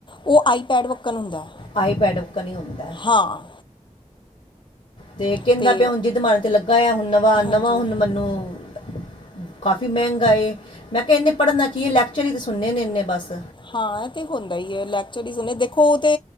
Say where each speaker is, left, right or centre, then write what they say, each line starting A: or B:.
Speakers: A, on the left; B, on the left.
A: ਉਹ ਆਈਪੈਡ ਵੱਕਣ ਹੁੰਦਾ ਹੈ
B: ਆਈਪੈਡ ਉੱਕਾ ਨਹੀਂ ਹੁੰਦਾ ਹੈ।
A: ਹਾਂ,
B: ਤੇ ਕਹਿੰਦਾ
A: ਅਤੇ
B: ਪਿਆ ਹੁਣ ਜਿਦ ਮਾਰ ਕੇ ਲੱਗਾ ਹੋਆ ਹੁਣ ਨਵਾਂ ਨਵਾਂ
A: ਹਾਂਜੀ
B: ਹੁਣ ਮੈਨੂੰ, ਕਾਫੀ ਮਹਿੰਗਾ ਏ ਮੈਂ ਕਿਹਾ ਇੰਨੇ ਪੜ੍ਹਨਾ ਕੀ ਹੈ, ਲੈਕਚਰ ਹੀ ਤਾਂ ਸੁਣੇ ਨੇ ਇੰਨੇ ਬਸ
A: ਹਾਂ ਇਹ ਤੇ ਹੁੰਦਾ ਹੀ ਹੈ ਲੈਕਚਰ ਦੇਖੋ ਉਹ ਤੇ